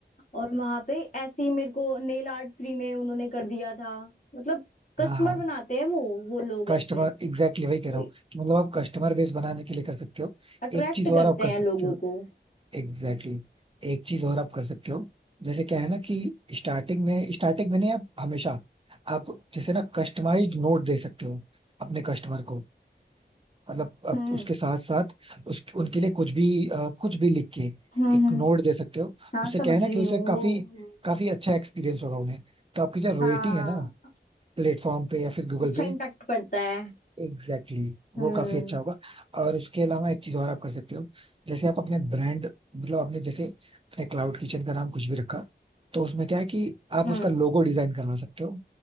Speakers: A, on the left; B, on the right.
A: और वहां पे ऐसे ही मेरे को नेल आर्ट फ्री में उन्होंने कर दिया था मतलब कस्टमर
B: हाँ हाँ
A: बनाते हैं वो वो लोग
B: कस्टमर
A: ऐसे
B: एग्जैक्टली वही
A: तो
B: कह रहा हूँ कि मतलब आप कस्टमर बेस बनाने के लिए कर सकते हो
A: अट्रैक्ट
B: एक चीज और
A: करते
B: आप कर
A: हैं
B: सकते
A: लोगों
B: हो
A: को
B: एग्जैक्टली exactly. एक चीज और आप कर सकते हो जैसे क्या है ना कि स्टार्टिंग में स्टार्टिंग में नहीं आप हमेशा आप जैसे ना कस्टमाइज्ड नोट दे सकते हो अपने कस्टमर को मतलब आप
A: हम्म
B: उसके साथ साथ उस उनके लिए कुछ भी अ, कुछ भी लिख के
A: हम्म
B: एक
A: हम्म
B: नोट दे सकते हो
A: हाँ
B: उससे
A: समझ
B: क्या है ना
A: रही
B: कि उसे
A: हूँ
B: काफी
A: वो
B: काफी अच्छा एक्सपीरियंस होगा उन्हें तो आपकी जो
A: हाँ
B: रेटिंग है ना प्लेटफॉर्म पे या फिर गूगल
A: अच्छा
B: पे
A: इम्पैक्ट पड़ता है
B: एग्जैक्टली exactly,
A: हम्म
B: वो काफी अच्छा होगा और इसके अलावा एक चीज और आप कर सकते हो जैसे आप अपने ब्रांड मतलब आपने जैसे अपने क्लाउड किचन का नाम कुछ भी रखा तो उसमें क्या है कि आप
A: हम्म
B: उसका लोगो डिजाइन करवा सकते हो